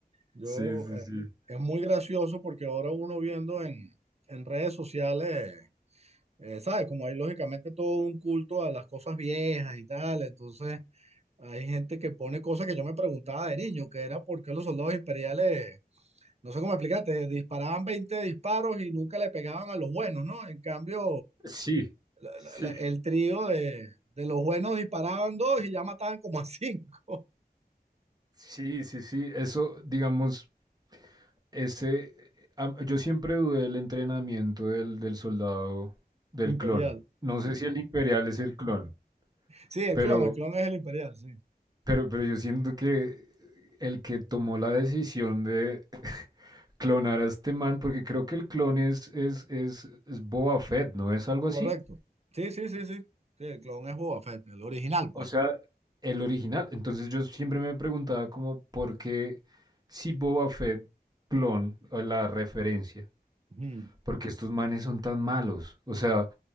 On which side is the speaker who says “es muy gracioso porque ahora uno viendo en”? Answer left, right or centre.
Right